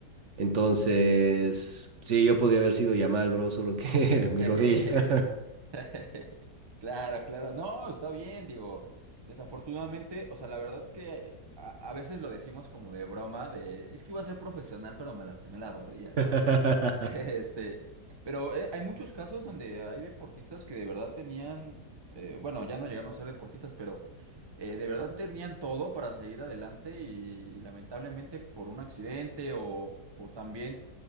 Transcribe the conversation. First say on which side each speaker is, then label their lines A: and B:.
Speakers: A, on the right; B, on the right.
A: Entonces, sí, yo podía haber sido ya mal grosso lo que
B: <laughs>
A: <laughs> mi
B: <laughs>
A: rodilla.
B: Claro, claro, no, está bien, digo, desafortunadamente, o sea, la verdad que a, a veces lo decimos como de broma, de, es que iba a ser profesional, pero me lastimé la rodilla,
A: <laughs>
B: ¿no? Este, pero eh, hay muchos casos donde hay deportistas que de verdad tenían, eh, bueno, ya no llegaron a ser deportistas, pero eh, de verdad tenían todo para seguir adelante y, lamentablemente por un accidente o, o también